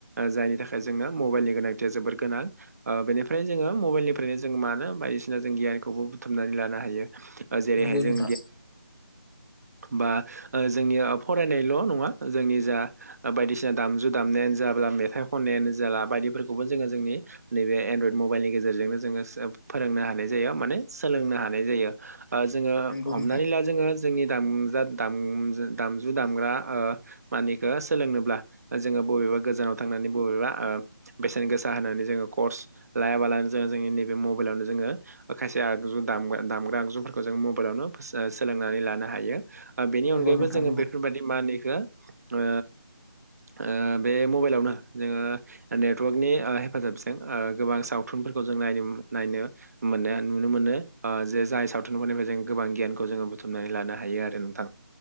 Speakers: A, on the right (about 45°); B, on the left (about 65°).
A: जायनि थाखाय जोंनो मबाइलनि गोनांथिया जोबोर गोनां। बेनिफ्राय जोङो मबाइलनिफ्रायनो जों मानो बायदिसिना जों गियानखौबो बुथुमनानै लानो हायो। जेरैहाय
B: नंगौ नोंथां
A: जों बा जोंनिया फरायनायल नङा। जोंनि जा बायदिसिना दामजु दामनायानो जाब्ला मेथाइ खननायानो जाला बायदिफोरखौबो जोङो जोंनि नैबे एनड्रयड मबाइलनि गेजेरजोंनो जोङो सोब फोरोंनो हानाय जायो माने सोलोंनो हानाय जायो। ओ जोङो
B: नंगौ
A: हमनानै
B: नोंथां
A: ला जोङो जोंनि दामजा दाम दामजु दामग्रा ओ मानिखो सोलोंनोब्ला ओ जोङो बबे बो गोजानाव थांनानै बबेबा ओ बेसेन गोसा होनानै जोङो कर्स लायाबालानो जोङो जोंनि नैबे म मबाइलावनो जोङो ओ खायसे आगजु दामगा दामग्रा आगजुफोरखौ जों मबाइलावनो फोसो सोलोंनानै लानो हायो। आ बेनि
B: नंगौ
A: अनगायैबो
B: नोंथां
A: जोङो बेफोर बायदि मा होनो इखो ओ ओ बे मबाइलावनो जोङो नेटवर्कनि ओ हेफाजाबजों ओ गोबां सावथुनफोर खौ जों नायनोम नायनो मोननाया नुनो मोनो। आ जे जाय सावथुनफोरनिफ्राय जों गोबां गियानखौ जोङो बुथुमनानै लानो हायो आरो नोंथां।